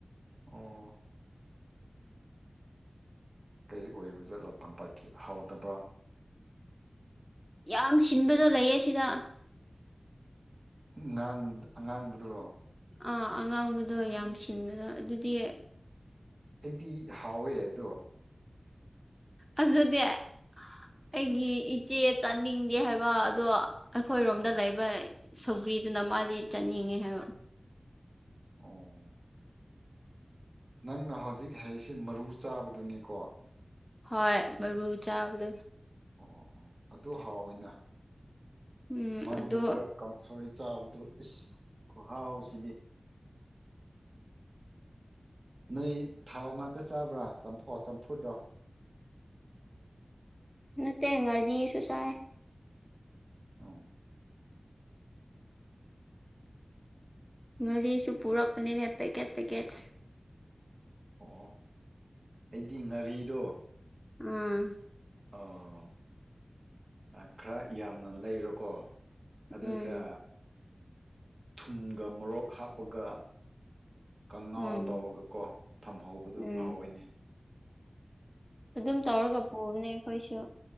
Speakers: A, on the right (about 40°); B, in the centre.
A: ꯑꯣ ꯀꯩ ꯑꯣꯏꯕꯥ ꯖꯠꯂꯣ ꯇꯝꯄꯥꯛꯀꯤ ꯍꯥꯎꯇꯥꯕꯔꯣ
B: ꯌꯥꯝ ꯁꯤꯟꯕꯗꯣ ꯂꯩꯌꯦ ꯁꯤꯗ
A: ꯉꯥꯡꯕ ꯑꯉꯥꯡꯕꯗꯨꯔꯣ
B: ꯑꯥ ꯑꯉꯥꯡꯕꯗꯣ ꯌꯥꯝ ꯁꯤꯟꯕꯗꯣ ꯑꯗꯨꯗꯤ
A: ꯑꯩꯗꯤ ꯍꯥꯎꯋꯦ ꯑꯗꯣ
B: ꯑꯗꯨꯗꯤ ꯑꯩꯒꯤ ꯏꯆꯦ ꯆꯥꯅꯤꯡꯗꯦ ꯍꯥꯏꯕ ꯑꯗꯣ ꯑꯩꯈꯣꯏꯔꯣꯝꯗ
A: ꯑꯣ
B: ꯂꯩꯕ ꯁꯧꯒ꯭ꯔꯤꯗꯨꯅ ꯃꯥꯗꯤ ꯆꯥꯅꯤꯡꯉꯦ꯫ꯍꯥꯏꯕ
A: ꯑꯣ ꯅꯪꯅ ꯍꯧꯖꯤꯛ ꯍꯩꯁꯤ ꯃꯔꯨ ꯆꯥꯕꯗꯨꯅꯤꯀꯣ
B: ꯍꯣꯏ ꯃꯔꯨ ꯆꯥꯕꯗꯨ
A: ꯑꯣ ꯑꯣ ꯑꯗꯨ ꯍꯥꯎꯋꯤꯅ
B: ꯎꯝ
A: ꯃꯔꯨꯒ
B: ꯑꯗꯣ
A: ꯀꯥꯡꯁꯣꯏ ꯆꯥꯕꯗꯣ ꯏꯁ ꯈꯍꯥꯎꯁꯤꯗꯤ ꯅꯣꯏ ꯊꯥꯎ ꯉꯥꯛꯇ ꯆꯥꯕ꯭ꯔꯥ ꯆꯝꯐꯨꯠꯔꯣ
B: ꯅꯠꯇꯦ ꯉꯔꯤꯁꯨꯆꯥꯏ
A: ꯑ
B: ꯉꯥꯔꯤꯁꯨ ꯄꯨꯔꯛꯄꯅꯤꯅꯦ ꯄꯦꯀꯦꯠ ꯄꯦꯀꯦꯠꯁ
A: ꯑꯣ ꯑꯩꯗꯤ ꯉꯥꯔꯤꯗꯣ
B: ꯎꯝ
A: ꯑꯣ ꯈꯔ ꯌꯥꯝꯅ ꯂꯩꯔꯣꯀꯣ ꯑꯗꯨꯒ
B: ꯎꯝ
A: ꯊꯨꯝꯒ ꯃꯣꯔꯣꯛ ꯍꯥꯞꯄꯒ ꯀꯉꯥꯎ
B: ꯎꯝ
A: ꯇꯧꯔꯒꯀꯣ ꯊꯝꯍꯧꯕꯗꯨ
B: ꯎꯝ
A: ꯍꯥꯎꯋꯏꯅꯦ
B: ꯑꯗꯨꯝ ꯇꯧꯔꯒ ꯄꯨꯕꯅꯦ ꯑꯩꯈꯣꯏꯁꯨ